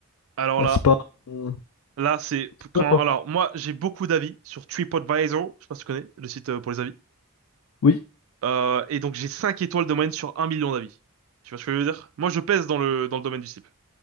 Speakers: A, on the right; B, on the left.
A: Alors
B: bah,
A: là,
B: c'est pas. euh,
A: là c'est
B: c'est
A: quand.
B: pas quoi?
A: Alors moi j'ai beaucoup d'avis sur TripAdvisor. Je sais pas si tu connais le site euh, pour les avis.
B: Oui.
A: Euh, et donc j'ai 5 étoiles de moyenne sur un million d'avis. Tu vois ce que je veux dire? Moi je pèse dans le, dans le domaine du slip.